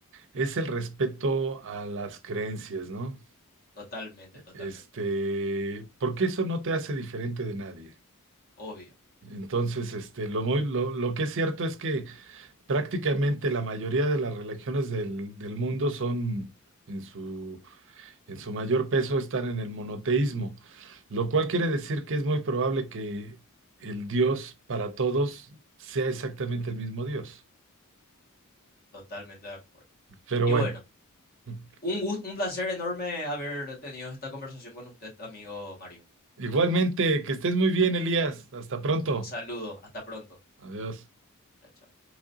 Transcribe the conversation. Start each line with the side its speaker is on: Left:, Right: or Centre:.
Right: es el respeto a las creencias, ¿no?
Left: Totalmente, totalmente.
Right: Este, porque eso no te hace diferente de nadie.
Left: Obvio,
Right: Entonces, este, lo muy, lo, lo que es cierto es que Prácticamente la mayoría de las religiones del, del mundo son, en su, en su mayor peso, están en el monoteísmo, lo cual quiere decir que es muy probable que el Dios para todos sea exactamente el mismo Dios.
Left: totalmente de acuerdo.
Right: Pero
Left: Y
Right: bueno,
Left: bueno.
Right: <laughs>
Left: Un gusto, un placer enorme haber tenido esta conversación con usted, amigo Mario.
Right: igualmente, que estés muy bien, Elías. Hasta pronto.
Left: Un saludo, hasta pronto.
Right: Adiós.
Left: Chao. chao.